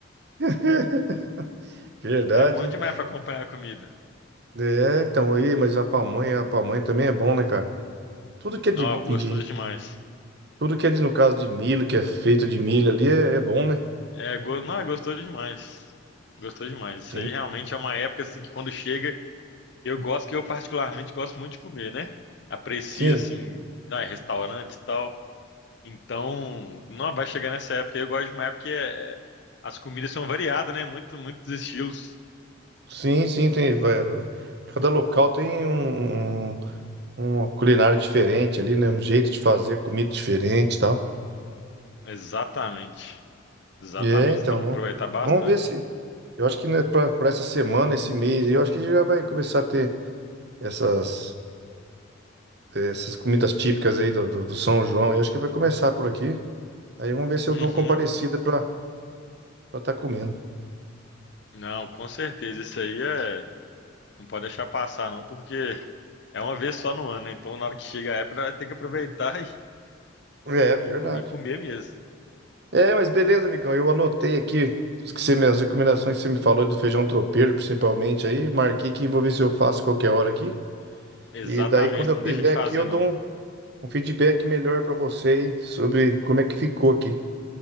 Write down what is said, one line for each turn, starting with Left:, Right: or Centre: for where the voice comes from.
Right: <laughs> Verdade,
Left: é bom
Right: hein?
Left: demais para acompanhar a comida.
Right: É, então aí, mas a pamonha, a pamonha também é bom, né, cara? Tudo que
Left: Não,
Right: é de, de,
Left: gostoso demais.
Right: Tudo que é de, no caso de milho, que é feito de milho ali, é, é bom, né?
Left: É, go- não, gostou demais. Gostou demais. Isso
Right: Sim.
Left: aí realmente é uma época assim que quando chega, eu gosto que eu particularmente gosto muito de comer, né? Aprecio
Right: Sim,
Left: assim, ah, restaurante e tal. Então, não vai chegar nessa época. Eu gosto demais porque é, as comidas são variadas, né? Muito, muitos estilos.
Right: sim, sim, tem. Vai, vai. Cada local tem um, um- um, uma culinária diferente ali, né? Um jeito de fazer comida diferente e tal.
Left: Exatamente. Exatamente.
Right: É, então,
Left: Dá pra
Right: vamos
Left: aproveitar bastante.
Right: vamos ver se. Eu acho que né, para essa semana, esse mês, aí, eu acho que já vai começar a ter essas, é, essas comidas típicas aí do, do, do São João. Eu acho que vai começar por aqui. Aí vamos ver se eu
Left: Uhum.
Right: dou uma comparecida para estar comendo.
Left: Não, com certeza. Isso aí é. Não pode deixar passar, não, porque é uma vez só no ano, né? Então, na hora que chega a época, vai ter que aproveitar <laughs>
Right: É verdade.
Left: E, co- e comer mesmo.
Right: É, mas beleza, amigão. Eu anotei aqui as que você- me- as recomendações que você me falou do feijão tropeiro, principalmente aí. Marquei que vou ver se eu faço qualquer hora aqui.
Left: Exatamente,
Right: E daí, quando eu
Left: não deixa
Right: fizer
Left: de
Right: aqui,
Left: fazer,
Right: eu dou
Left: não.
Right: um, um feedback melhor pra você aí sobre como é que ficou aqui.